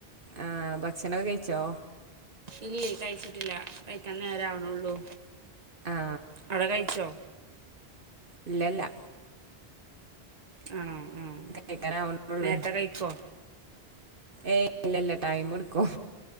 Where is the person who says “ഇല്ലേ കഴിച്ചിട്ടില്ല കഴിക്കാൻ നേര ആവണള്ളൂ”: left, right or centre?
Right